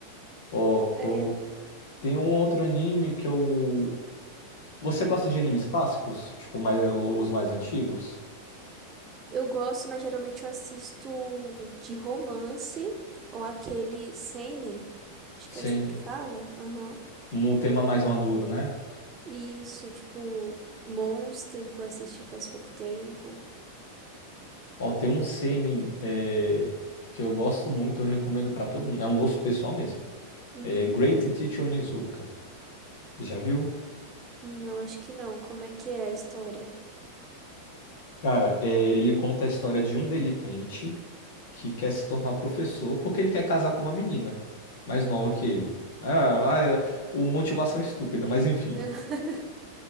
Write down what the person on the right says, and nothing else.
É,
eu gosto, mas geralmente eu assisto de romance ou aquele seinen, acho
que é assim
que fala. Aham.
E Isso, tipo, Monster, que eu assisti faz pouco tempo.
Uhum.
Não, acho que não. Como é que é a história?
Hum.
<laughs>